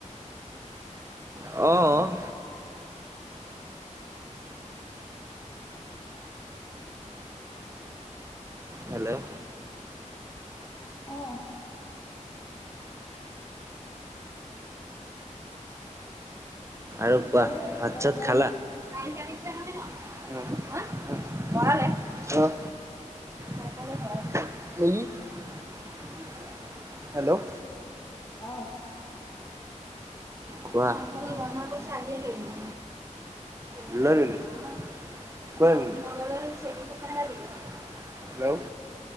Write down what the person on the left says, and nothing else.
অ।
অঁ।
মোৰো
এটা
উম
অহ।
কোৱা